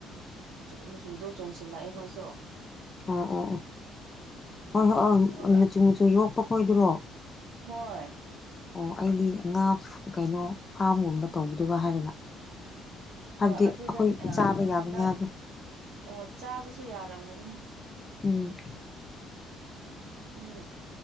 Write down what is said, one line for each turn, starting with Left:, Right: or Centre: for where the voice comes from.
Right: ꯃꯆꯨ ꯃꯆꯨꯗꯣ ꯆꯣꯡꯁꯤꯜꯂꯛꯑꯦ ꯃꯣꯏꯁꯨ
Left: ꯑꯥꯝ ꯑꯥꯝ ꯍꯣꯏ ꯍꯣꯏ ꯑꯣ
Right: ꯑꯗꯨꯒ
Left: ꯃꯆꯨ ꯃꯆꯨ ꯌꯣꯛꯄ ꯈꯣꯏꯗꯔꯣ
Right: ꯍꯣꯏ
Left: ꯑꯣ ꯑꯩꯗꯤ ꯉꯥ ꯀꯩꯅꯣ ꯐꯥꯝꯒꯨꯝꯕ ꯇꯧꯕꯗꯨꯔꯥ ꯍꯥꯏꯔꯒꯥ ꯍꯥꯏꯕꯗꯤ
Right: ꯍꯣꯏ ꯑꯗꯨꯗ
Left: ꯑꯩꯈꯣꯏ ꯆꯥꯕ ꯌꯥꯕ
Right: ꯍꯟꯗꯛ
Left: ꯉꯥ ꯗꯣ
Right: ꯑꯣ ꯆꯥꯕꯁꯨ ꯌꯥꯔꯝꯒꯅꯤ
Left: ꯎꯝ
Right: ꯎꯝ